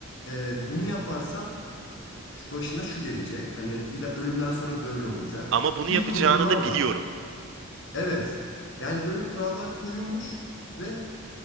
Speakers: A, on the left; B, on the right.
A: e, bunu yaparsan şu başına şu gelecek. Hani ila- ölümden sonra böyle olacak.
B: Ama bunu
A: Bir
B: yapacağını
A: kurallar
B: da
A: var.
B: biliyorum.
A: Evet. Yani böyle kurallar koyulmuş ve